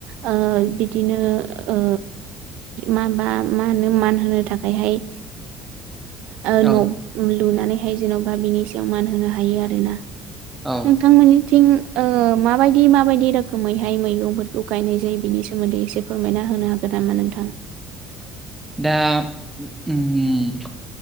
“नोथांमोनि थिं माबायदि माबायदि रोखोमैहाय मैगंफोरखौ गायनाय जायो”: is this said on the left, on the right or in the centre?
Right